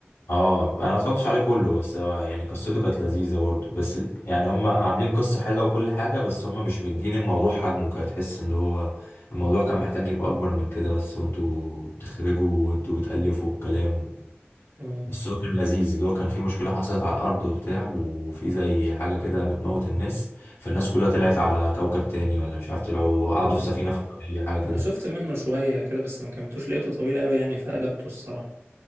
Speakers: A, on the left; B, on the right.
A: اه أنا ما اتفرجتش عليه كله بس هو يعني قصته كانت لذيذة برضو بس يعني هم عاملين قصة حلوة وكل حاجة بس هم مش مدين الموضوع حجمه كده تحس اللي هو الموضوع كان محتاج يبقى أكبر من كده بس وانتوا بتخرجوا وانتوا بتألفوا الكلام
B: اه
A: بس هو كان لذيذ اللي هو كان في مشكلة حصلت على الأرض وبتاع وفي زي حاجة كده بتموت الناس فالناس كلها طلعت على كوكب تاني ولا مش عارف طلعوا قعدوا
B: اه آه.
A: في سفينة فضائية حاجة كده
B: انا شفت منه شوية كده بس ما كملتوش لقيته طويل قوي يعني فقلبته الصراحة